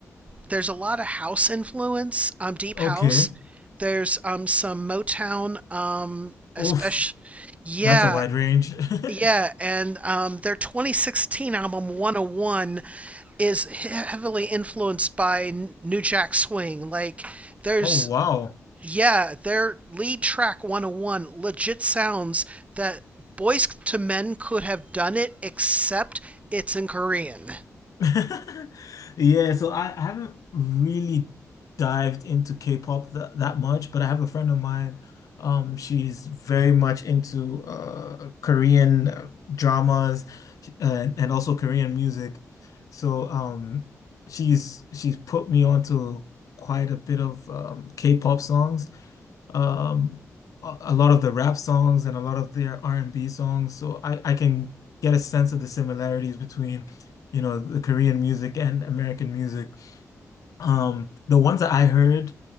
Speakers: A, on the right; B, on the left.
A: there's a lot of house influence, um, deep
B: Okay.
A: house. There's um some Motown, um, especially,
B: Oof,
A: yeah,
B: that's a wide range. <laughs>
A: yeah, and um, their 2016 album 101 is heavily influenced by N- New Jack Swing. Like, there's
B: Oh wow.
A: yeah, their lead track 101 legit sounds that Boys to Men could have done it, except it's in Korean.
B: <laughs> Yeah, so I, I haven't really dived into K-pop that, that much, but I have a friend of mine. Um, she's very much into uh Korean uh, dramas sh- and, and also Korean music. So um she's she's put me onto quite a bit of um K-pop songs. um, a, a lot of the rap songs and a lot of their R&B songs. So I, I can get a sense of the similarities between, you know, the Korean music and American music. Um, the ones that I heard